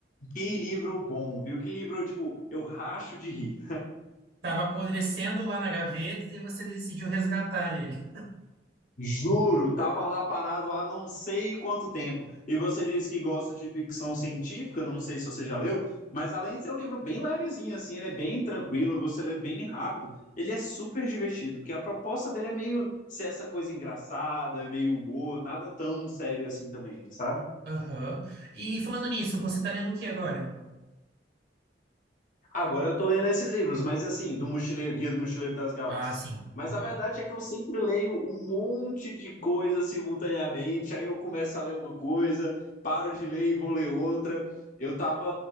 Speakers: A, on the left (about 45°); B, on the right (about 65°).
A: que livro bom, viu? Que livro, tipo, eu racho de rir.
B: Tava apodrecendo lá na gaveta e você decidiu resgatar ele.
A: Juro, tava lá parado há não sei quanto tempo. E você disse que gosta de ficção científica, não sei se você já leu, mas além de ser um livro bem levezinho, assim, ele é bem tranquilo, você lê bem rápido, ele é super divertido, porque a proposta dele é meio ser essa coisa engraçada, meio humor, nada tão sério assim também, sabe?
B: Aham. E falando nisso, você tá lendo o que agora?
A: Agora eu tô lendo esses livros, mas assim, do Mochileiro, Guia do Mochileiro das Galáxias.
B: Ah, sim.
A: Mas
B: Aham.
A: a verdade é que eu sempre leio um monte de coisa simultaneamente, aí eu começo a ler uma coisa, paro de ler e vou ler outra. Eu tava